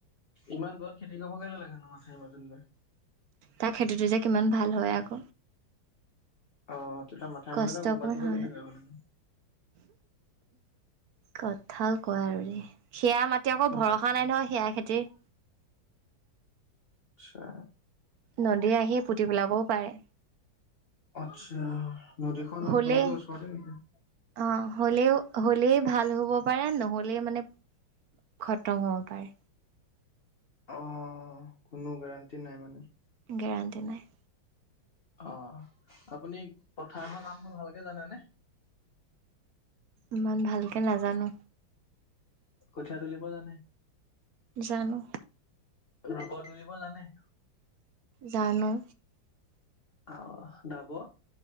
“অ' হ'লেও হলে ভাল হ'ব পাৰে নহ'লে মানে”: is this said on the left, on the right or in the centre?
Right